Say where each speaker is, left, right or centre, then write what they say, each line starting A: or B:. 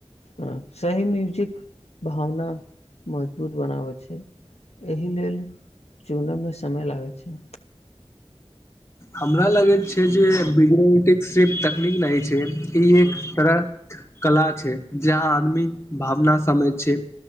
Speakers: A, on the left (about 85°); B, on the left (about 25°).
A: हँ सही म्यूजिक भावना मजबूत बनाबैत छै एहि लेल चुनयमे समय लागै छै।
B: हमरा लगेत छै जे वीडियोटिकस से तकनीक नहि अछि ई एक तरह कला छै जहाँ आदमी भावना समझै छै